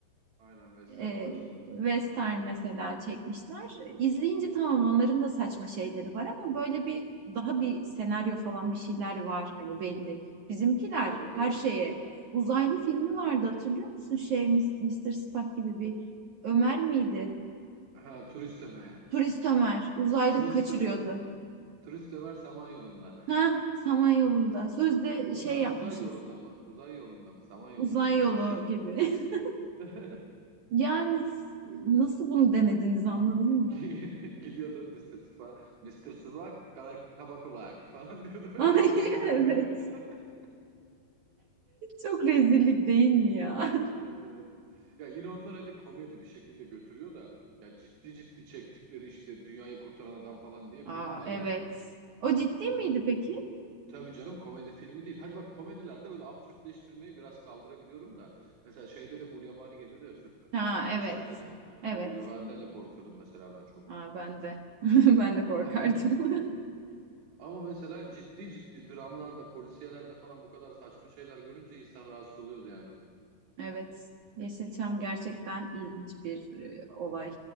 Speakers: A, on the right; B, on the right.
A: Aynen Western
B: e,
A: Vahşi Batı.
B: western mesela çekmişler. İzleyince tamam onların da saçma şeyleri var ama böyle bir daha bir senaryo falan bir şeyler var hani belli. Bizimkiler
A: Tabii tabii.
B: her şeye. Uzaylı filmi vardı hatırlıyor musun? Şey Mister Spock gibi bir Ömer miydi?
A: Ha, turist Ömer.
B: Turist Ömer uzaylı
A: Turist,
B: kaçırıyordu.
A: Ö- turist Ömer Samanyolu'nda.
B: Ha, Samanyolu'nda. Sözde
A: Uza,
B: şey yapmışız.
A: uzay yolunda mı? Uzay yolunda mı? Samanyolu'nda
B: Uzay
A: mı? Öyle
B: yolu
A: bir şey.
B: gibi. <laughs>
A: <laughs>
B: Yani s- nasıl bunu denediniz anladın mı?
A: Gi- Gidiyordu Mister Spa. Mister Spa kara kaba kulak falan diyordu. <laughs>
B: <laughs> Ay
A: Öyle makas alıyordu
B: evet.
A: heriften. <laughs>
B: Çok rezillik değil mi ya?
A: Evet evet. Ya yine onlar hadi komedi bir şekilde götürüyor da ya ciddi ciddi çektikleri işte Dünyayı Kurtaran Adam falan
B: <laughs>
A: diye film
B: Aa
A: var
B: evet.
A: yani.
B: O ciddi miydi peki?
A: Tabii canım komedi filmi değil. Hadi bak komedilerde böyle absürtleştirmeyi biraz kaldırabiliyorum da. Mesela şeyde de Gulyabani geliyordu ya Süt,
B: Ha
A: Süt Kardeşler'de
B: evet.
A: de.
B: Evet.
A: O Gulyabani'den de korkuyordum mesela ben çok.
B: Aa ben de. <laughs> Ben de korkardım.
A: <laughs>
B: <laughs>
A: Ama mesela ciddi ciddi dramlarda, polisiyelerde falan bu kadar saçma şeyler görünce insan rahatsız oluyordu yani.
B: Evet. Yeşilçam gerçekten ilginç bir e, olay.